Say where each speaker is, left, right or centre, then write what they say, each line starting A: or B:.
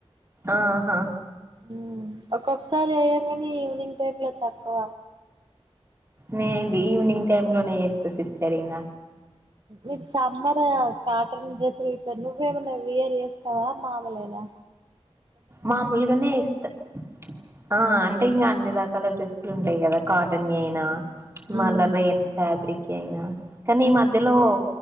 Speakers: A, on the right (about 25°); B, on the right (about 50°).
A: ఆహా
B: ఉమ్ ఒక్కొక్కసారి అయ కాని ఈవనింగ్ టైమ్ లో తక్కువ
A: నే ఇది ఈవినింగ్ టైమ్ లోనే చేస్తా సిస్టర్ ఇంగ
B: న్ సమ్మర్ కాటన్ డ్రెస్సులు ఇట్టాారు నువ్ ఏమన్నా వియర్ చేస్తావా మామూలునా
A: మామూలుగానే ఇస్తాం ఆ అంటే ఇంకా అన్ని దకా చాలా డ్రెస్లు ఉంటాయి కదా కాటన్ అయినా
B: ఉమ్
A: మలర ఎన్ ఫబ్రక్ అయినా కానీ ఈ మధ్యలో